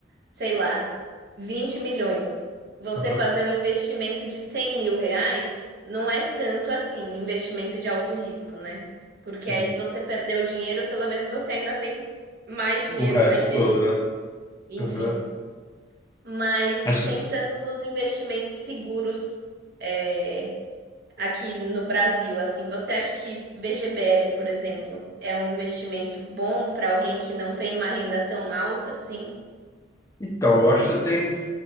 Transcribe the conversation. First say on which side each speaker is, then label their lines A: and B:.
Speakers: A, on the right; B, on the left.
A: sei lá, 20 milhões, você
B: Aham.
A: fazer um investimento de 100 mil reais não é tanto assim, investimento de alto risco, né? Porque
B: Hum,
A: aí, se você perdeu o dinheiro, pelo menos você ainda tem mais dinheiro
B: O resto
A: para investir.
B: todo, né?
A: Enfim.
B: Aham.
A: Mas
B: Acho-
A: pensando nos investimentos seguros, é, aqui no Brasil, assim, você acha que VGBL, por exemplo, é um investimento bom para alguém que não tem uma renda tão alta assim?
B: Então, eu acho que você tem